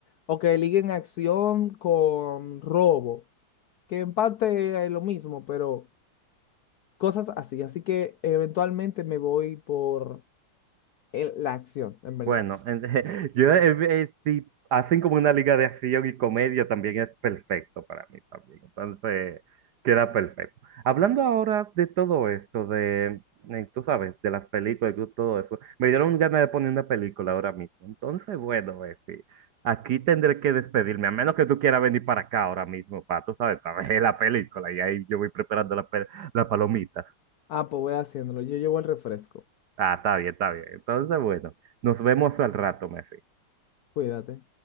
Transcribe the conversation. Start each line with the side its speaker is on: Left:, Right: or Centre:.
Left: O que liguen acción con robo, que en parte es lo mismo, pero cosas así. Así que eventualmente me voy por el- la acción, en verdad.
Right: Bueno, en- <laughs> yo eh, eh, si hacen como una liga de acción y comedia también es perfecto para mí también. Entonces, queda perfecto. Hablando ahora de todo esto, de, eh, tú sabes, de las películas y todo eso, me dieron ganas de poner una película ahora mismo. Entonces, bueno, Befi, aquí tendré que despedirme, a menos que tú quieras venir para acá ahora mismo, para, tú sabes, para ver la película. Y ahí yo voy preparando la pe- las palomitas.
Left: Ah, pues voy haciéndolo. Yo llevo el refresco.
Right: Ah, está bien, está bien. Entonces, bueno, nos vemos al rato, Messi.
Left: Cuídate.